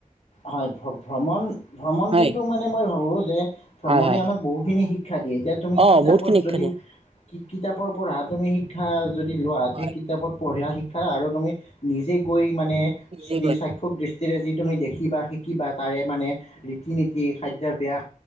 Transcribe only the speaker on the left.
হয় <unintelligible> ভ্ৰমণ ভ্ৰমণ
কিন্তু মানে মই ভাবো যে ভ্ৰমণে
আমাক
বহুখিনি শিক্ষ- শিক্ষা দিয়ে এতিয়া তুমি
কিতাপত
যদি
কিতাপৰ পঢ়া তুমি শিক্ষা যদি লোৱা
সেই কিতাপত পঢ়া শিক- আৰু তুমি নিজ- জে কৈ মানে
দৃ
সাক্ষ দৃষ্টি যি তুমি দেখিবা শিকিবা তাৰে মানে ৰীতি নীতি খাদ- এতিয়া বিয়া